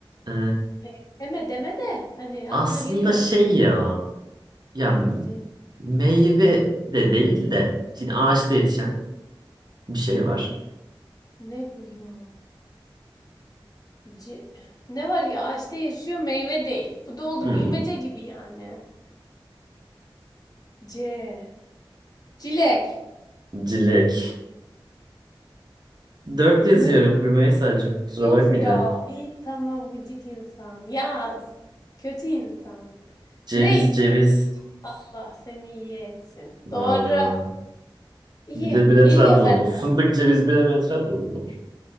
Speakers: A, on the right; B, on the left.
A: Ee,
B: Ee, Deme deme de. Hani
A: aslında
B: aklına geliyor.
A: şey ya. Ya
B: C-
A: meyve de değil de. Şimdi ağaçta yetişen
B: c-
A: bir şey var.
B: ne bu ya? C- ne var ya? Ağaçta yaşıyor meyve değil. Bu da oldu
A: Hı.
B: bilmece gibi yani. C. Cilek.
A: Cilek. Dört yazıyorum
B: Ne
A: Rümeysa'cığım. Kusura bakmayacağım.
B: Of ya. iyi tamam gıcık insan. Yaz. Kötü insan.
A: Ceviz
B: Neydi?
A: ceviz.
B: Allah seni iyi etsin. Doğru.
A: Valla.
B: İyi.
A: Bir de bir de
B: Geliyor
A: Trabzonlu.
B: benden.
A: Fındık ceviz bilemeyen Trabzonlu mu olur?